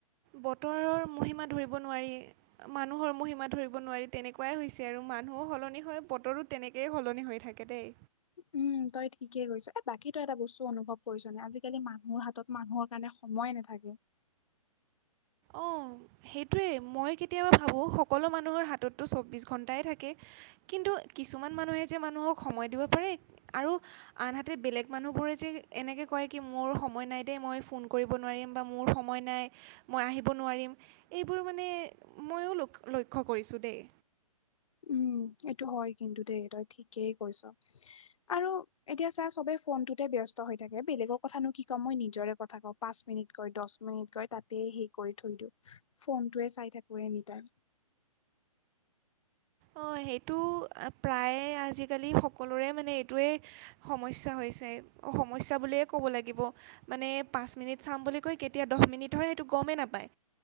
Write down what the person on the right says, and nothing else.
বতৰৰ মহিমা ধৰিব নোৱাৰি। মানুহৰ মহিমা ধৰিব নোৱাৰি তেনেকুৱাই হৈছে আৰু মানুহো সলনি হয়, বতৰো তেনেকেই সলনি হৈ থাকে দেই।
অ' সেইটোৱেই, মই কেতিয়াবা ভাবোঁ সকলো মানুহৰ হাতত তো চৌব্বিছ ঘণ্টাই থাকে কিন্তু কিছুমান মানুহে যে মানুহক সময় দিব পাৰে আৰু আনহাতে বেলেগ মানুহবোৰে যে এনেকে কয় কি মোৰ সময় নাই দে, মই ফোন কৰিব নোৱাৰিম বা মোৰ সময় নাই মই আহিব নোৱাৰিম, এইবোৰ মানে ময়ো ল লক্ষ্য কৰিছোঁ দেই।
অ' সেইটো প্ৰায়ে আজিকালি সকলোৰে মানে এইটোৱেই সমস্যা হৈছে, সমস্যা বুলিয়ে ক'ব লাগিব। মানে পাঁচ মিনিট চাম বুলি কৈ কেতিয়া দহ মিনিট হয় সেইটো গমেই নাপায়